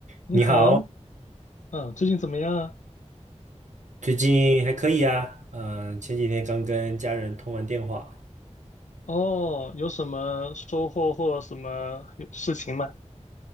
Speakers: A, on the left; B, on the right.
A: 你好，
B: 你好，
A: 嗯，最近怎么样啊？
B: 最近还可以啊。嗯、前几天刚跟家人通完电话，
A: 哦，有什么收获或什么事情吗？